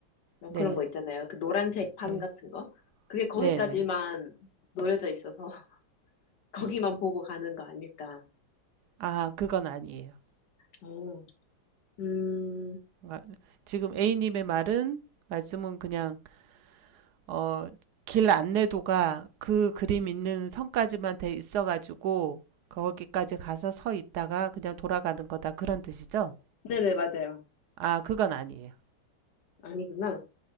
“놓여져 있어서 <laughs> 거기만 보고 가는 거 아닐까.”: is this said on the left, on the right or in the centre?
Left